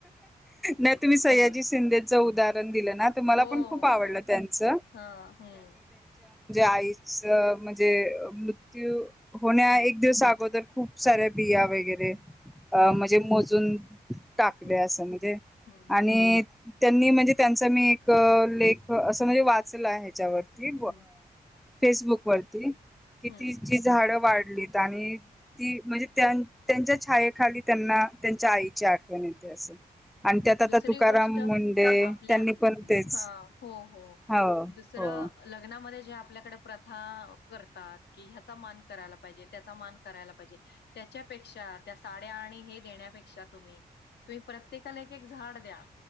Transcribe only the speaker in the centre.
ना तुम्ही स्याजी
शिंदेच उदहरण.
ख आ
त्यां.
आई म्हणजे मृत्य होण्या
एक दिवसा अगोदर खूप साऱ्या बिया वगैरे अ
म्हणजे मोजून टाकले
असं म्हणजे
आणि त्यांनी म्हणजे त्यांचा मी एक लेख असं म्हणजे वाचलं ह्याच्यावरती
फेसबुक वरती कि
ति जी झाडं वाढलीत आणि ती म्हणजे त्यांच्या छायेखाली त्यांना त्यांच्या आईची आठवण येते असं. आणि त्यात आता
तुकाराम
मुंडे
त्यांनी पण तेच
हो
हो